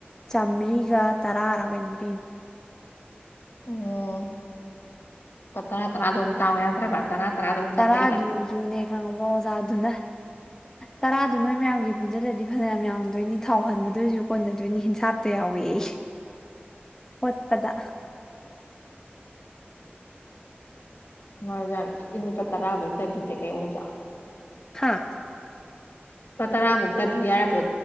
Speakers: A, on the left; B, on the left.
A: ꯆꯥꯝꯃꯔꯤꯒ ꯇꯔꯥꯔꯥ ꯀꯩꯅꯣ ꯄꯤ
B: ꯑꯣꯝ ꯄꯠꯇ꯭ꯔ ꯇ꯭ꯔ ꯑꯗꯨ ꯇ ꯌꯥꯗ꯭ꯔꯕ ꯇꯔꯥ ꯇꯔꯥꯗꯣ ꯑꯃꯨꯛ
A: ꯇꯔꯥꯗꯨꯖꯨꯅꯦ
B: ꯅꯞꯄꯛꯏꯕ
A: ꯈꯪꯉꯕ꯭ꯔꯣ ꯑꯣꯖꯥꯗꯨꯅ
B: <unintelligible>
A: ꯇꯔꯥꯗꯣ ꯅꯣꯏ ꯃꯌꯥꯝꯒꯤ ꯄꯨꯟꯁꯤꯜꯂꯗꯤ ꯐꯅꯌꯥꯝ ꯌꯥꯝꯡꯗꯣꯏꯅꯤ ꯊꯥꯎ ꯍꯟꯕꯗꯣꯏꯔꯁꯨ ꯀꯣꯟꯅꯗꯣꯏꯅꯤ ꯍꯤꯟꯁꯥꯞꯇ ꯌꯥꯎꯏꯦ ꯍꯠꯄꯗ
B: ꯃꯖꯥ ꯏꯖ ꯄ ꯇꯔꯥꯑꯕ ꯏ ꯇꯕꯤꯗꯦ ꯀꯩ ꯍꯧ ꯆꯥꯎ
A: ꯍꯥꯥ
B: ꯂꯨꯄꯥ ꯇꯔꯥꯐꯧ ꯇ ꯄꯤ ꯌꯥꯔꯕꯣ